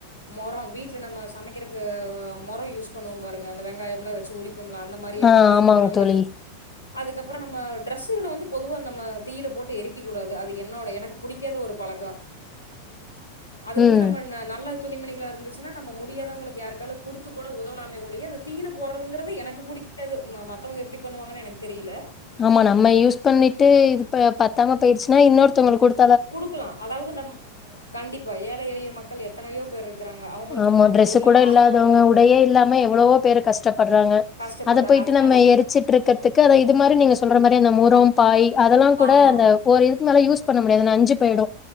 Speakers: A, on the left (about 80°); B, on the left (about 20°).
A: முறம் வீட்டுல நம்ம சமைக்கிறக்கு முறம் யூஸ் பண்ணுவோம் பாருங்க அந்த வெங்காயம் எல்லாம் வச்சு உரி லாம் அந்த மாதிரியான
B: ஆ
A: பழைய
B: ஆமாங்க
A: முரங்கள்
B: தோழி
A: அதுக்கப்புறம் நம்ம டிரஸ்ஸுங்க வந்து பொதுவாக நம்ம தீயில போட்டு எரிக்க கூடாது அது என்னோட எனக்கு பிடிக்காத ஒரு பழக்கம் அது
B: ம்
A: வந்து நம்ம நல்ல துணிமணிகளாக இருந்துச்சுன்னா நம்ம முடியாதவங்களுக்கு யாருக்குனா கொடுத்து கூட உதவா மைய ஒலிய அத கீழே போகறதுங்கிறது எனக்கு பிடிக்காது ம மற்றவங்க எப்படி பண்ணுவாங்கன்னு எனக்கு தெரியல
B: ஆமா நம்ம யூஸ் பண்ணிட்டு இது பத்தாம போயிடுச்சுன்னா இன்னொருத்தவங்களுக்கு குடுத்து
A: குடுக்கலா அதாவது நம் கண்டிப்பா ஏழை எளிய மக்கள் எத்தனையோ பேர் இருக்கிறாங்க அவங்களுக்கு
B: ஆமா
A: வந்து நம்ம
B: டிரெஸ்சு
A: குடுக்கலா
B: கூட
A: ஆதரவற்றோர்
B: இல்லாதவங்க உடையே இல்லாம எவ்வளவோ பேரு கஷ்டப்படுறாங்க
A: கஷ்டப்படுறாங்க
B: அத போயிட்டு
A: அதனால
B: நம்ம எரிச்சிட்ருக்கறதுக்கு அத இது மாரி நீங்க சொ ல்ரமாரி இந்த முறோ பாய் அதெல்லா கூட
A: ஆமா
B: அந்த ஒரு இதுக்கு மேல யூஸ் பன்ன முடியாது நஞ்சு போயிடு